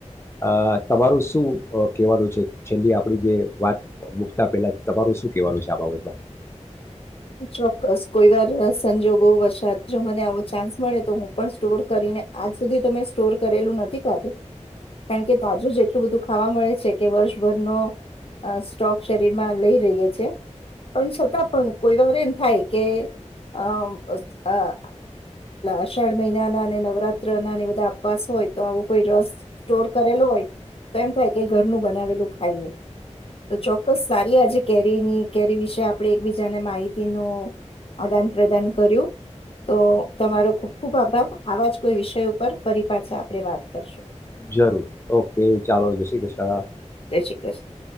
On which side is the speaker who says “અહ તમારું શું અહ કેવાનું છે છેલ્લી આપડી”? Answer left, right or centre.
Left